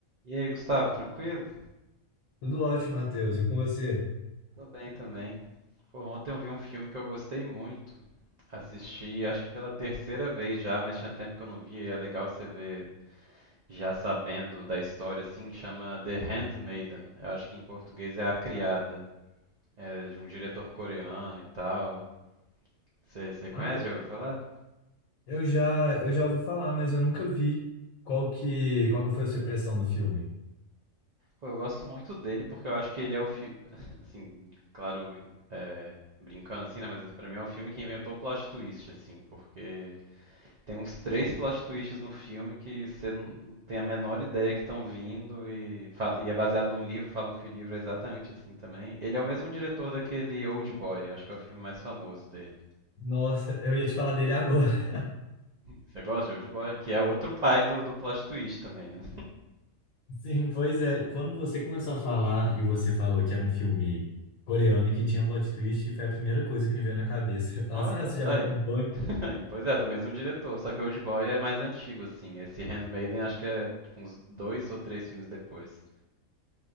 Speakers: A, on the right; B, on the left.
A: E aí, Gustavo, tranquilo?
B: Tudo ótimo, Matheus. E com você?
A: Tô bem também. Pô, ontem eu vi um filme que eu gostei muito. Assisti, acho que pela terceira vez já, mas tinha tempo que eu não via e é legal você ver já sabendo da história, assim, chama The Handmaiden. Eu acho que em português é A Criada. É de um diretor coreano e tal. Você você conhece?
B: Ah,
A: Já ouviu falar?
B: eu já, eu já ouvi falar, mas eu nunca vi. Qual que, qual que foi a sua impressão do filme?
A: Pô, eu gosto muito dele porque eu acho que ele é o filme. <laughs> Assim, claro, é, brincando assim, né? Mas pra mim é o filme que inventou o plot twist, assim, porque. Tem uns três plot twists no filme que você não tem a menor ideia que estão vindo e, fa- e é baseado num livro, falam que o livro é exatamente assim também. Ele é o mesmo diretor daquele Old Boy, acho que é o filme mais famoso dele.
B: Nossa, eu ia te falar dele agora.
A: Você gosta de Old Boy? Que é outro pai do, do plot twist também, né?
B: <laughs> Sim, pois é. Quando você começou a falar e você falou que era um filme coreano e que tinha um plot twist, foi a primeira coisa que me veio na cabeça. <laughs> Eu falei
A: Olha,
B: assim, ah, você já
A: aí.
B: viu o boy
A: <laughs> Aí, Pois é, do mesmo diretor, só que Old Boy é mais antigo, assim. Esse Handmaiden acho que é tipo, uns dois ou três filmes depois.